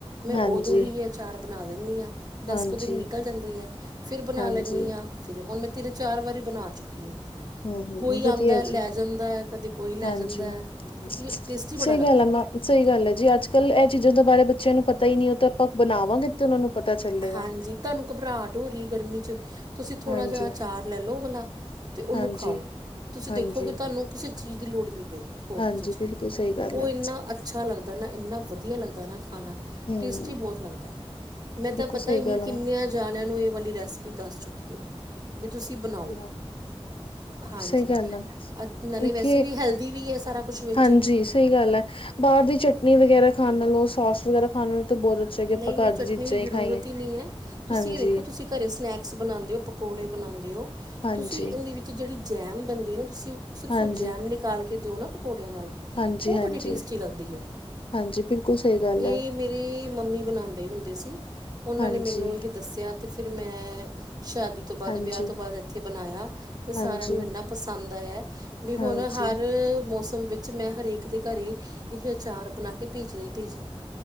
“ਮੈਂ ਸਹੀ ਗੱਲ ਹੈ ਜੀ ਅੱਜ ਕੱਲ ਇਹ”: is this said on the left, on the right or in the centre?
Left